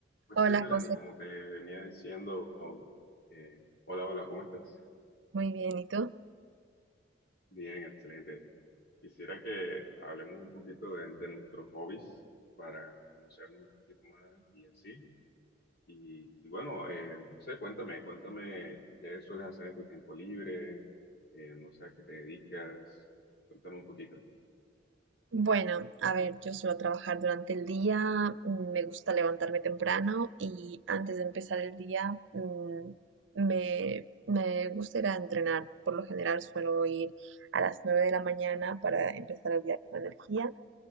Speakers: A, on the left (about 55°); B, on the right (about 85°).
A: Pues
B: Hola
A: sí, Melanie,
B: José,
A: como te venía diciendo, eh, hola, hola, ¿cómo estás?
B: muy bien, ¿y tú?
A: Bien, excelente. Quisiera que hablemos un poquito de, de nuestros hobbies para conocernos un poquito más y así. Y, y bueno, eh, no sé, cuéntame, cuéntame qué sueles hacer en tu tiempo libre, eh, no sé a qué te dedicas, cuéntame un poquito.
B: Bueno, a ver, yo suelo trabajar durante el día, mm, me gusta levantarme temprano y antes de empezar el día mm, me, me gusta ir a entrenar. Por lo general suelo ir a las 9 de la mañana para empezar el día con energía